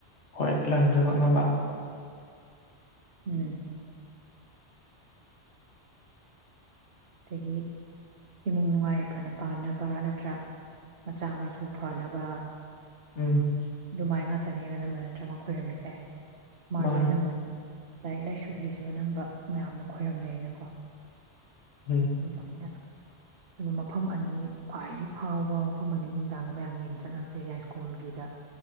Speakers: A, on the left; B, on the right.
A: ꯍꯣꯏ ꯂꯟ ꯆꯪꯉꯛꯅꯕ
B: ꯎꯝ ꯑꯗꯒꯤ ꯏꯃꯨꯡ ꯅꯨꯡꯉꯥꯏ ꯌꯥꯏꯐꯅ ꯄꯥꯟꯅꯕ ꯅꯠꯇ꯭ꯔꯥ ꯃꯆꯥ ꯃꯁꯨ ꯐꯅꯕ
A: ꯎꯝ
B: ꯑꯗꯨꯃꯥꯏ ꯉꯥꯇꯅꯤ ꯑꯅꯝꯕ ꯅꯠꯇ꯭ꯔ ꯃꯥ ꯈꯣꯏꯔꯝꯃꯤꯁꯦ ꯃꯥꯗꯤ
A: ꯃꯥꯅꯦ
B: ꯑꯅꯝꯕ ꯂꯥꯏꯔꯤꯛ ꯂꯥꯏꯁꯨꯒꯤꯁꯨ ꯑꯗꯨ ꯑꯅꯝꯕ ꯃꯌꯥꯝꯅ ꯈꯣꯏꯔꯝꯅꯩꯌꯦꯅꯀꯣ
A: ꯎꯝ
B: ꯑꯗꯨꯃꯥꯏꯅ ꯑꯗꯣ ꯃꯐꯝ ꯑꯅꯤ ꯈ꯭ꯋꯥꯏꯗꯒꯤ ꯐꯥꯎꯕ ꯃꯐꯝ ꯑꯅꯤ ꯅꯨꯡꯗꯥꯡꯗ ꯃꯌꯥꯝ ꯌꯦꯡ ꯆꯠꯅꯕꯁꯦ ꯌꯥꯏꯁ꯭ꯀꯨꯜꯒꯤꯗ